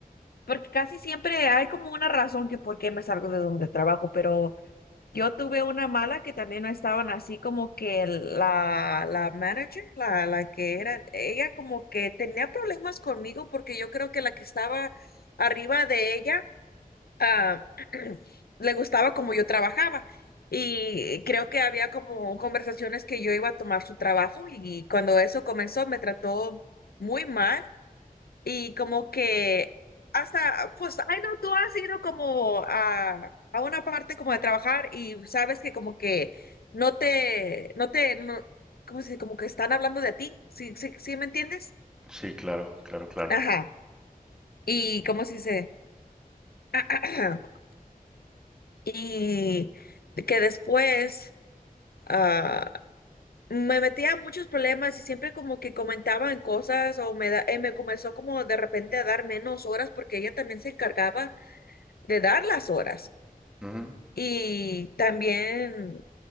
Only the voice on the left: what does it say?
porque casi siempre hay como una razón que por qué me salgo de donde trabajo, pero Yo tuve una mala que también no estaban así como que la, la manager, la, la que era, ella como que tenía problemas conmigo porque yo creo que la que estaba arriba de ella ah, <clears throat> le gustaba como yo trabajaba y creo que había como conversaciones que yo iba a tomar su trabajo y cuando eso comenzó me trató muy mal y como que hasta, pues, ay no, tú has ido como a, a una parte como de trabajar y sabes que como que no te, no te, no, como si, como que están hablando de ti, ¿sí, sí, sí me entiendes?
Ajá, y cómo se se, <clears throat> y que después, ah, me metía en muchos problemas y siempre como que comentaban cosas o me, da, eh, me comenzó como de repente a dar menos horas porque ella también se encargaba de dar las horas.
Y también